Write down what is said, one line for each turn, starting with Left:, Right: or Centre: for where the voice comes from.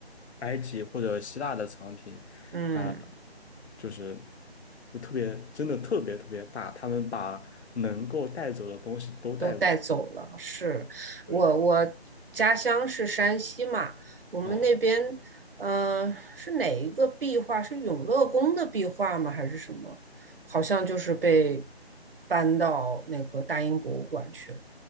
Left: 埃及或者希腊的藏品，
Right: 嗯。
Left: 它就是就特别真的特别特别大，他们把能够带走的东西都带走了。
Right: 都带走了。是我我家乡是山西嘛，
Left: 对，
Right: 我们那边
Left: 嗯。
Right: 嗯是哪一个壁画？是永乐宫的壁画吗？还是什么？好像就是被搬到那个大英博物馆去了。